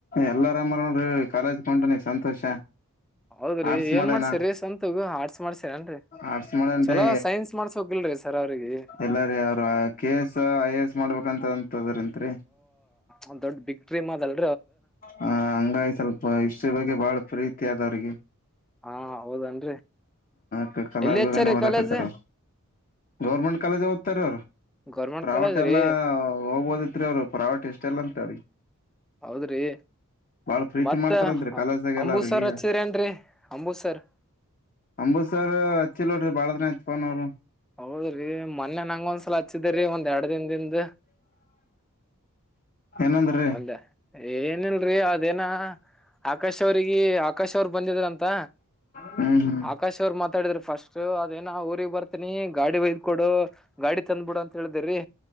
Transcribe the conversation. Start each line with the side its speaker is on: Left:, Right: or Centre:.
Left: ಎಲ್ಲರಾಮರ ನೋಡ್ರಿ ಕಾಲೇಜ ಕೊಂಡನ ಸಂತೋಷ
Centre: ಹೌದ್ರಿ
Left: ಆರ್ಟ್ಸ್
Centre: ಏನ್
Left: ಮಾಡ್ಯನ
Centre: ಮಾಡ್ಸಿರೀ ಸ್ವಂತಗ ಹಾಡ್ಸ್ ಮಾಡ್ಸಿರನ್ರರಿ
Left: ಆರ್ಟ್ಸ್ ಮಾಡನ್ರಿ
Centre: ಚಲೋ ಸೈನ್ಸ್ ಮಾಡ್ಸ ಹೋಗಿಲ್ರಿ ಸರ್ ಅವ್ರಿಗೆ
Left: ಇಲ್ಲ ರೀ ಅವ್ರ K S I A S ಮಾಡ್ಬೇಕಂತ ಅಂತದ್ರತ್ರಿ
Centre: ಒಂದು ದೊಡ್ ಬಿಗ್ ಡ್ರೀ್ ಅಲ್ಲ
Left: ಹ ಹಂಗಾಗಿ ಸ್ವಲ್ಪ ಇಷ್ಟ್ರಿ ಬಗ್ಗೆ ಬಹಳ ಪ್ರೀತಿ ಆದ ಅವ್ರಿಗೆ
Centre: ಹಾ ಹೌದನ್ರಿ
Left: ಕ ಕಲಾವೋಗಾನ
Centre: ಎಲ್ಲಿ ಹಚ್ಚಾರಿ
Left: ಓಡಕತಾರ
Centre: ಕಾಲೇಜ್
Left: ಗೌರ್ಮೆಂಟ್ ಕಾಲೇಜ ಓ್ತಾರೆ ಅವ್ರು
Centre: ಗೌರ್ಮೆಂಟ್
Left: ಪ್ರಾವೇಟ್
Centre: ಕಾಲೇಜ್
Left: ಎಲ್ಲಾ
Centre: ರೀ
Left: ಹೋಗ್ಬೋದತ್ರಿ ಅವರು ಪ್ರಾವೇಟ್ ಎಷ್ಟ ಎಲ್ಲಂತ್ರಿ ಅವ್ರಿಗೆ
Centre: ಹೌದ್ರಿ
Left: ಬಾಳ ಪ್ರೀತಿ
Centre: ಮತ್ತ
Left: ಮಾಡ್ತಾರಂತ್ರಿ ಕಾಲೇಜ್ದಾಗೆಲ್ಲ
Centre: ಅಂಬುಸರ್
Left: ಅವ್ರಿಗೆ
Centre: ಹಚ್ಚಿದ್ರ ನ್ರರಿ ಅಂಬುಸರ್
Left: ಅಂಬೂತ್್ಸರ್ ಹಚ್ಚಿಲ್ ನೋಡ್ರಿ ಬಾಳದನ ಇತ್ಪನ್ ಅವರು
Centre: ಹೌದ್ರಿ ಮೊನ್ನ ನಂಗ ಒಂದ್ಸಲ ಹಚ್ಚಿದ್ರರಿ ಒಂದ್ ಎರಡ್ ದನ್ದಿಂದ
Left: ಏನಂದ್ರಿ
Centre: ಒಂದೆ ಏನಿಲ್ರಿ ಅದೇನ ಆಕಾಶ್ ಅವ್ರಿಗೆ ಆಕಾಶ ಅವ್ರ ಬ ಬಂದಿದ್ರ ಅಂತ
Left: ಹ್ಮ್ ಹ್ಮ್
Centre: ಆಕಾಶ್ ಅವ್ರು ಮಾತಾಡಿದ್ರರು ಫಸ್ಟ್ ಅದೇನ ಊ ಬರ್ತೀನಿ ಗಾಡಿ ಕೊಡು ಗಾಡಿ ತಂದ್ ಬಿಡು ಅಂತ ಹೇಳಿದ್ರೀ